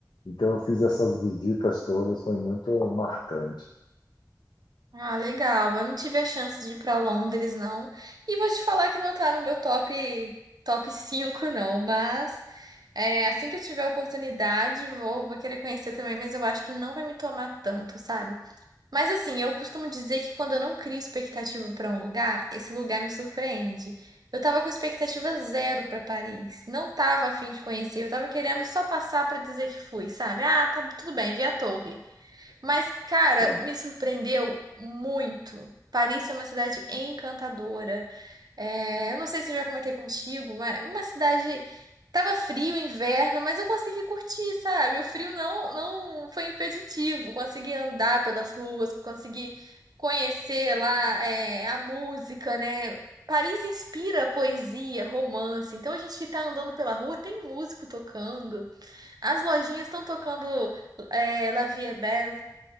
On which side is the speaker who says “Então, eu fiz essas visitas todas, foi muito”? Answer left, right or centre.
Left